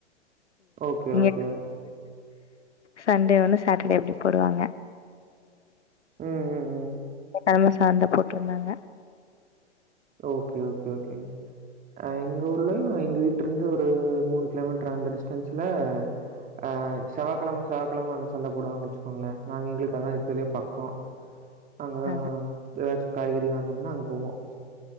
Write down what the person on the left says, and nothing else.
நீங்க
சண்டே ஒண்ணு சாட்டர்டே அப்படி போடுவாங்க
நிரம சார்ந்த போட்டிருந்தாங்க
அதா